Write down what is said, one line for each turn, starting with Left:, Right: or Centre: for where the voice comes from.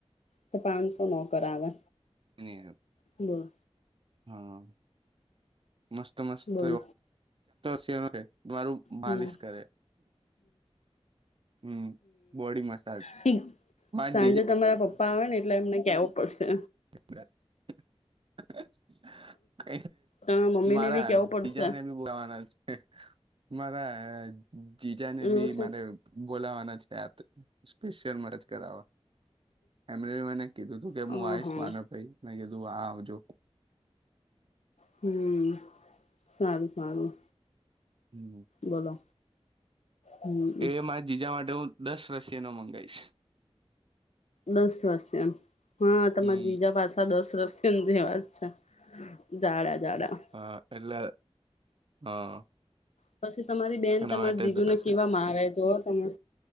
Left: કે પાંચસો નો કરાવે
Right: અને
Left: હમ્મ
Right: હા મસ્ત મસ્ત
Left: બોલ
Right: <inaudible> મારું માલિશ
Left: હમ
Right: કરે, હમ બોડી મસાજ
Left: <inaudible>
Right: મા
Left: સાંજે
Right: જીજા
Left: તમારા પપ્પા આવે ને એટલે એમને કવું પડશે,
Right: <inaudible> ક
Left: તમારા મમ્મી
Right: મારા
Left: ને બી કેવું પડશે
Right: બીજાને એ બોલાવાના છે, મારા જીજાને
Left: એવું
Right: બી
Left: છે
Right: મારે બોલાવાના જ ત સ્પેશિયલ <inaudible> કરાવા એમણે મને કીધું તું કે
Left: હા
Right: હું આવીશ
Left: હા
Right: માનો ભાઈ મે કીધું, તું આ આવજો
Left: હમ સારું સારું
Right: હમ.
Left: બોલો હમ
Right: એ મા બીજા માટે હું દસ રસીનો મંગીશ
Left: દસ વાસ એમ હા તમા
Right: ઈ
Left: બીજા પાછા દસ રસ ા જાડા જાડા
Right: હા એલા હા
Left: પછી તમારી બેન
Right: એના
Left: તમારા
Right: માટે
Left: જીજુને
Right: જશે
Left: કેવા મારે જો તમે